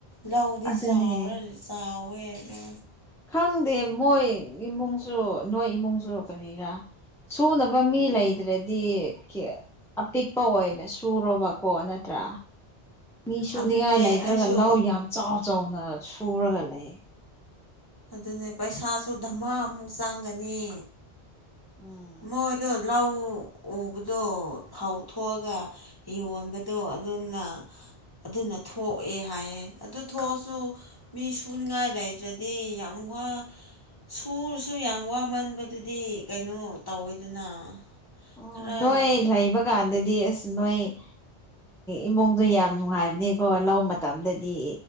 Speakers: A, on the left (about 20°); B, in the centre.
A: ꯂꯧꯗꯤ
B: ꯑꯗꯨꯅꯦ
A: ꯆꯥꯎꯔ ꯆꯥꯎꯋꯦ ꯗꯣ
B: ꯈꯪꯗꯦ ꯃꯣꯏ ꯏꯃꯨꯡꯖꯨ ꯅꯣꯏ ꯏꯃꯨꯡꯖꯨ ꯀꯔꯤꯔ ꯁꯨꯅꯕ ꯃꯤ ꯂꯩꯇ꯭ꯔꯗꯤ ꯀ꯭ꯌ ꯑꯄꯤꯛꯄ ꯑꯣꯏꯅ ꯁꯨꯔꯣꯕꯀꯣ ꯅꯠꯇ꯭ꯔꯥ ꯃꯤ ꯁꯨꯅꯤꯡꯉꯥꯏ
A: ꯑꯗꯨꯅꯦ
B: ꯂꯩꯇ꯭ꯔꯒ
A: ꯑꯩꯁꯨ
B: ꯂꯧ ꯌꯥꯝ ꯆꯥꯎ ꯆꯥꯎꯅ ꯁꯨꯔꯒ ꯂꯩ
A: ꯑꯗꯨꯅꯦ ꯄꯩꯁꯥꯁꯨ ꯙꯃꯥ ꯑꯃꯨꯛ ꯆꯪꯒꯅꯤ
B: ꯎꯝ
A: ꯃꯣꯏꯗꯣ ꯂꯧ ꯎꯕꯗꯣ ꯐꯧ ꯊꯣꯛꯑꯒ ꯌꯣꯟꯕꯗꯣ ꯑꯗꯨꯅ ꯑꯗꯨꯅ ꯊꯣꯛꯑꯦ ꯍꯥꯏꯌꯦ ꯑꯗꯨ ꯊꯣꯛꯑꯁꯨ ꯃꯤ ꯁꯨꯅꯤꯡꯉꯥꯏ ꯂꯩꯇ꯭ꯔꯗꯤ ꯌꯥꯝ ꯋꯥ ꯁꯨꯔꯁꯨ ꯌꯥꯝ ꯋꯥꯃꯟꯕꯗꯨꯗꯤ ꯀꯩꯅꯣ ꯇꯧꯋꯦꯗꯅ
B: ꯑꯣ
A: ꯈꯔ
B: ꯅꯣꯏ ꯂꯩꯕꯀꯥꯟꯗꯗꯤ ꯑꯁ ꯅꯣꯏ ꯏ ꯏꯃꯨꯡꯗꯣ ꯌꯥꯝ ꯅꯨꯡꯉꯥꯏꯕꯅꯦꯀꯣ ꯂꯧ ꯃꯇꯝꯗꯗꯤ